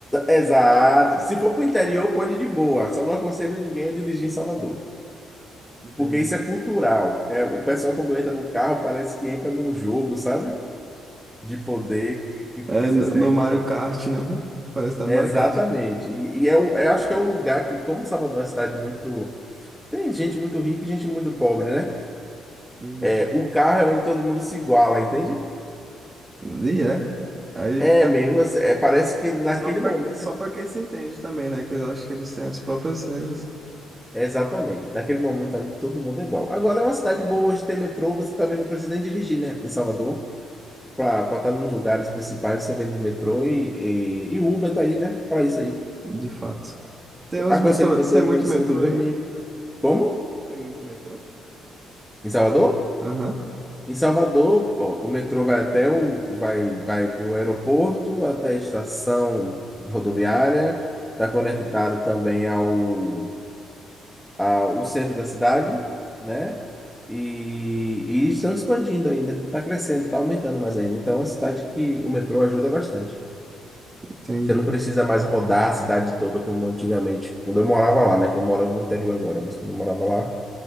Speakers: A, in the centre; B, on the right (about 25°).
A: Exato. Se for para o interior, pode ir de boa. Só não aconselho ninguém a dirigir em Salvador.
B: <laughs> Entendi.
A: Porque isso é cultural. É, o pessoal, quando entra no carro, parece que entra num jogo, sabe? De poder que fica
B: É,
A: essas
B: no
A: regras
B: no Mario
A: aí.
B: Kart, né? Parece que tá no
A: Exatamente.
B: Mario Kart.
A: E, e é o- eu acho que é o lugar que, como Salvador é uma cidade muito. Tem gente muito rica e gente muito pobre, né?
B: Uhum.
A: É, o carro é onde todo mundo se iguala, entende?
B: E é. Aí
A: É
B: fica.
A: meio assim, é, parece que naquele
B: Só pra,
A: momento
B: só pra quem se entende também, né? Que eu acho que eles têm as próprias regras,
A: Exatamente. Daquele momento ali, todo mundo é igual. Agora é uma cidade boa, hoje tem metrô, você tá vendo o presidente dirigir, né? Em Salvador, para estar nos lugares principais, você vende metrô e, e, e Uber tá aí, né? Para isso aí.
B: de fato. Tem uns
A: Aconselho
B: metrô.
A: você
B: Tem
A: a
B: muito
A: conhecer
B: metrô
A: o Rio
B: aí?
A: Vermelho. Como?
B: Tem muito metrô?
A: Em Salvador?
B: Aham,
A: Em Salvador, ó, o metrô vai até o, vai, vai do aeroporto até a estação rodoviária, está conectado também ao, a- o centro da cidade, né? E, e estão expandindo ainda, está crescendo, está aumentando mais ainda. Então, é uma cidade que o metrô ajuda bastante.
B: entendi.
A: Você não precisa mais rodar a cidade toda como antigamente, quando eu morava lá, né? Que eu moro no interior agora, mas quando eu morava lá,